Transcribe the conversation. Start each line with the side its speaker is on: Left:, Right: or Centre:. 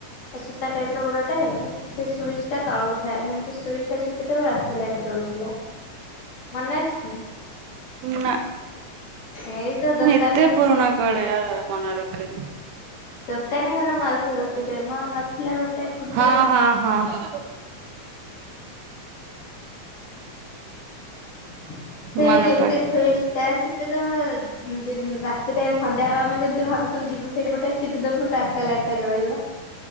Left: ଅସୂତା ଟାଇପ ର ବଡଟେ ସେ ସୁଇଚ୍ ଟା ତଳୁକୁଥାଏ ଆମେ ଏମିତ ସୁଇଚ ଟା ଚିପି ରାସ୍ତା ଲାଇଟ ଟା ଜଳୁଥାଏ। ମନେ ଅଛି ନା?
Right: ନା
Left: ଏଇ ତ ଦୋକାନୀ
Right: ମୁଁ ଏତେ ପୁରୁଣା କାଳିଆ ମନେ ରଖେନି।
Left: ଦୋକାନୀ ଘର ମାଉସୀ କତିରେ ମୋ ନଥିଲା ଗୋଟେ ଖୁଣ୍ଟ
Right: ହଁ ହଁ ହଁ ହଁ
Left: <unintelligible> <unintelligible> ସେଇଠି
Right: ମନେ
Left: ଏମିତି
Right: ପଇଲା।
Left: ସେଇ ଚିପ ରାତିରେ ସନ୍ଧ୍ୟା ହେଲେ ଆମେ ଯେମିତି ଭାବୁଥିବୁ ଯିବୁ ସେଇପଟେ ଚିପିଦବୁ ରାସ୍ତା ଲାଇଟ୍ ଟା ଜଳିବ।